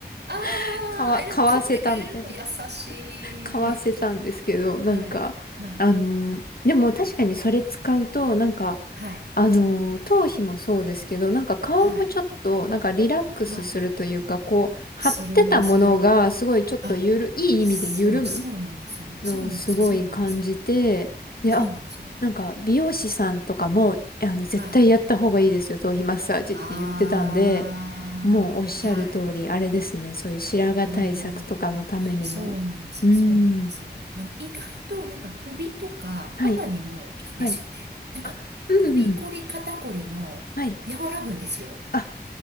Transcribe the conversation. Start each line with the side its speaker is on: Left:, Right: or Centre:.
Right: あ
Left: <laughs> 買わ、
Right: あ、え、でも買ってくれるの優しい。
Left: 買わせたみたいな、買わせたんですけど、
Right: はい。
Left: なんか、
Right: はい。
Left: あの、でも確かにそれ使うと、なんか、
Right: はい。
Left: あのー、頭皮もそうですけど、なんか顔もちょっと、
Right: はい。
Left: なんかリラックスするというか、
Right: はい。
Left: こう、張ってたものが、
Right: するんです。
Left: すごいちょっとゆる、
Right: あ、
Left: いい意味で緩む
Right: そう、そうなんですよ。
Left: のをすごい感じて、
Right: そうなんですよ。そうなんですよ。
Left: で、
Right: そうなんですよ。
Left: あ、なんか美容師さんとかも、あの、絶対やった方がいいですよ、
Right: はい。
Left: 頭皮マッサージって言ってたんで、
Right: ああ、
Left: もうおっしゃる通り、
Right: はい。
Left: あれですね、そういう白髪対策とかのためにも。
Right: なるほど。そうなんですよ。
Left: うーん。
Right: そうなんですよ。あの、意外となんか首とか肩にもいいんですよね。
Left: はい、はい。
Right: なんか首こり肩こりも和らぐんですよ。
Left: あ、うんうん。はい。あ